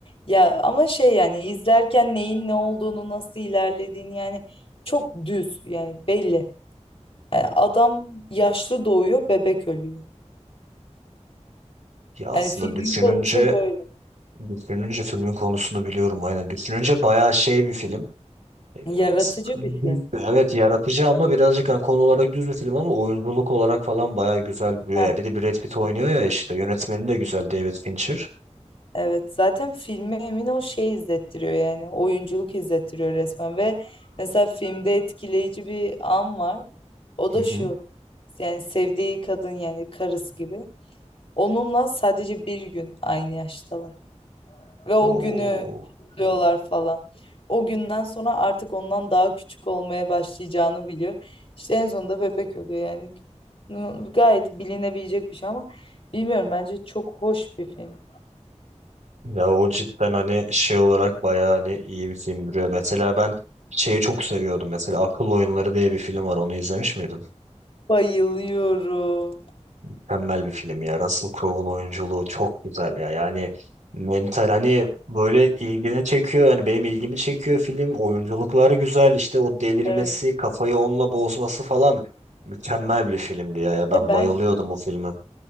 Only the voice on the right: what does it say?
Ya aslında
düşününce
düşününce filmin konusunu biliyorum aynen. Düşününce bayağı şey bir film. Evet,
düz-
evet yaratıcı ama birazcık hani konu olarak düz bir film ama oyunculuk olarak falan bayağı güzel duruyor
ya. Bir de Brad Pitt oynuyor ya işte yönetmeni de güzel David Fincher.
Hı
hı.
Oo.
Ya o cidden hani şey olarak bayağı hani iyi bir film duruyor. Mesela ben şeyi çok seviyordum mesela Akıl Oyunları diye bir film var onu izlemiş miydin?
Mükemmel bir film ya. Russell Crowe'un oyunculuğu çok güzel ya. Yani mental hani böyle ilgini çekiyor. Yani benim ilgimi çekiyor film. Oyunculukları güzel. İşte o delirmesi,
kafayı onunla bozması falan. Mükemmel bir filmdi ya. Ya ben
bayılıyordum o filme.